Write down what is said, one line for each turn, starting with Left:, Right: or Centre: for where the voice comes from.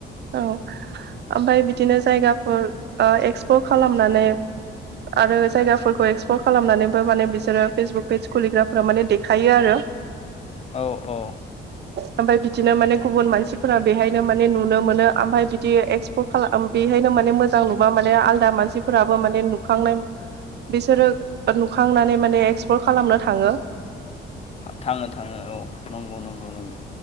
Right: औ ओमफ्राय बिदिनो जायगाफोर एक्सप्लर खालामनानै आरो जायगाफोरखौ एक्सप्लर खालामनानैबो माने बिसोरो फेसबुक पेज खुलिग्राफोरा माने देखायो आरो। <unintelligible>
Left: औ औ
Right: ओमफाय बिदिनो माने गुबुन मानसिफोरा बेहायनो माने नु नुनो मोनो ओमफाय बिदि एक्सप' खालाम बेहायनो माने मोजां नुबा माने आलदा मानसिफोराबो माने नुखांनाय बिसोरो नुखांनानै माने एक्सप्लर खालामनो थाङो।
Left: थाङो थाङो औ नंगौ नंगौ नंगौ